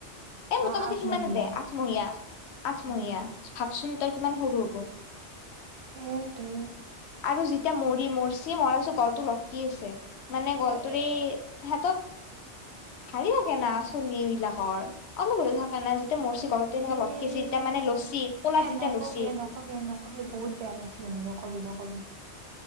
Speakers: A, on the left; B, on the right.
A: এ 'মোটামুটি
B: অ', আঠমহীয়া
A: সিমানে দে আঠমহীয়া- আঠমহীয়া
B: উম,
A: ভাবচোন তই কিমান সৰু হব?
B: সেয়েটো।
A: আৰু যেতিয়া মৰি, মৰচি মৰাছো গলটো লটকি আছে। মানে গলটোৰেই
B: এ
A: হে, ভাৰি থাকে না চলি বিলাকৰ অলপ হলেও থাকে না, যেতিয়া মৰচি গলটো এনেকে
B: এ',
A: লটকি আছে যেতিয়া মানে লচি
B: -
A: ক'লাত
B: এ
A: যেতিয়া
B: ', নকবি
A: লচি
B: -নকবি এ ', নকবি বহুত বেয়া লাগিছে শুনি নকবি- নকবি। নকবি।